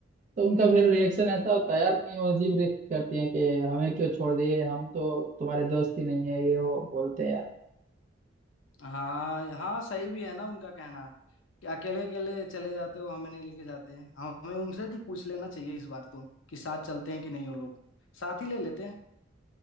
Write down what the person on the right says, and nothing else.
तो उनका फिर रिएक्शन ऐसा होता है यार कि वो अजीब रिएक्ट करती हैं कि हमें क्यों छोड़ दिए हम तो तुम्हारे दोस्त ही नहीं है ये वो बोलते हैं यार